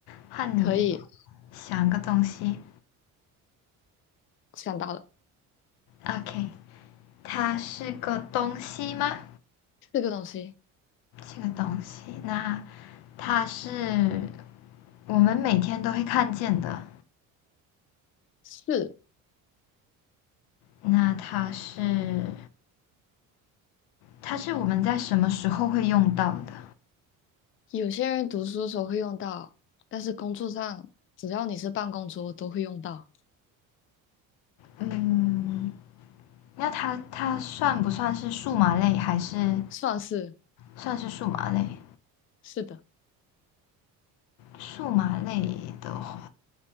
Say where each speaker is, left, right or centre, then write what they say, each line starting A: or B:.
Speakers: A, on the left (about 80°); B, on the left (about 35°).
A: 换你
B: 可以
A: 想个东西。
B: 想到了，
A: OK，它是个东西吗？
B: 四个东西
A: 这个东西，那它是我们每天都会看见的，
B: 是。
A: 那它是它是我们在什么时候会用到的？
B: 有些人读书的时候会用到，但是工作上只要你是办公桌都会用到，
A: 嗯，那它它算不算是数码类，还是
B: 算是
A: 算是数码类？
B: 是的，
A: 数码类的话，